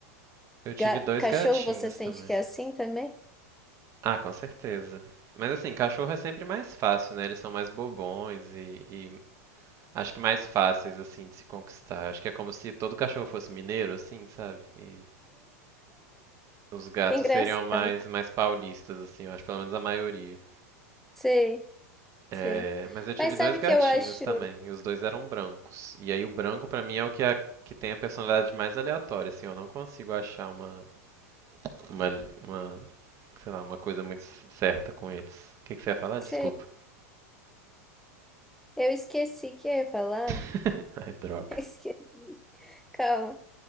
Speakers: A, on the right; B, in the centre.
A: Eu tive
B: Ga-
A: dois
B: Cachorro,
A: gatinhos
B: você sente
A: também.
B: que é assim também? <laughs>
A: Ah, com certeza. Mas assim, cachorro é sempre mais fácil, né? Eles são mais bobões e, e acho que mais fáceis, assim, de se conquistar. Acho que é como se todo cachorro fosse mineiro, assim, sabe? E os gatos
B: Que engraçado.
A: seriam mais, mais paulistas, assim, eu acho, pelo menos a maioria.
B: Sei,
A: É,
B: sei.
A: mas eu tive
B: Mas sabe
A: dois gatinhos
B: o que eu acho?
A: também, e os dois eram brancos. E aí o branco pra mim é o que, é- que tem a personalidade mais aleatória, assim, eu não consigo achar uma, uma, uma sei lá, uma coisa muito certa com eles. O que, que você ia falar? Desculpa.
B: Sei. Eu esqueci o que eu ia falar.
A: <laughs> Ai, droga.
B: <laughs> Esqueci. Calma.